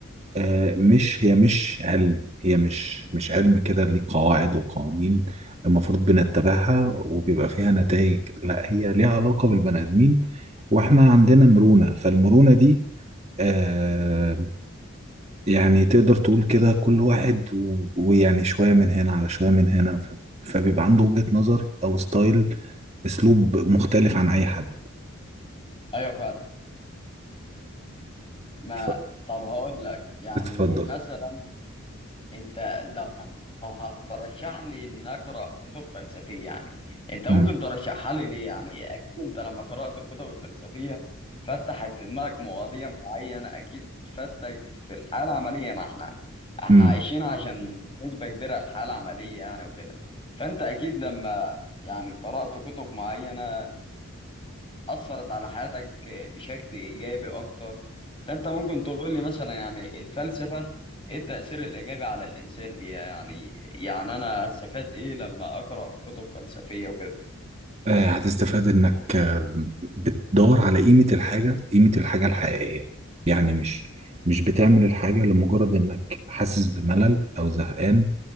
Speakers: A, on the right (about 30°); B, on the left (about 25°).
A: آه، مش هي مش علم هي مش مش علم كده ليه قواعد وقوانين المفروض بنتبعها وبيبقى فيها نتائج لا هي ليها علاقة بالبني آدمين واحنا عندنا مرونة فالمرونة دي آه يعني تقدر تقول كده كل واحد و- ويعني شوية من هنا على شوية من هنا ف- فبيبقى عنده وجهة نظر أو ستايل أسلوب مختلف عن أي حد
B: ايوه فعلا ما
A: ف-
B: طب هقول لك يعني
A: اتفضل
B: مثلا انت لو هترشح لي ان اقرا كتب فلسفيه يعني انت ممكن
A: مم.
B: ترشحها لي ليه يعني اكيد انت لما قرات الكتب الفلسفيه فتحت في دماغك مواضيع معينه اكيد فتك في الحاله العمليه ما احنا احنا
A: مم.
B: عايشين عشان نسبه كبيره الحاله العمليه يعني وكده فانت اكيد لما يعني قرات كتب معينه أثرت على حياتك بشكل إيجابي أكتر فأنت ممكن تقول لي مثلا يعني الفلسفة إيه التأثير الإيجابي على الإنسان بيها يعني يعني أنا هستفاد إيه لما أقرأ كتب فلسفية وكده
A: آه، هتستفاد انك آه، بتدور على قيمة الحاجة قيمة الحاجة الحقيقية يعني مش مش بتعمل الحاجة لمجرد انك حاسس بملل او زهقان